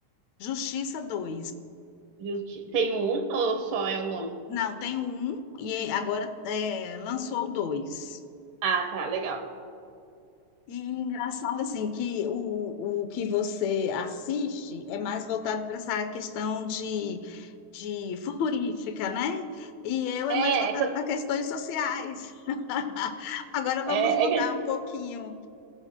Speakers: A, on the left; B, on the right.
A: Justiça dois.
B: justi- tem um ou só é o nome?
A: Não, tem o um e agora é, lançou o dois.
B: Ah, tá, legal.
A: E engraçado assim que o, o que você assiste é mais voltado para essa questão de, de futurística, né? E eu
B: É,
A: é mais voltado
B: é que, eu-
A: para questões sociais. <laughs> Agora vamos
B: é,
A: mudar
B: é que
A: um
B: a
A: pouquinho.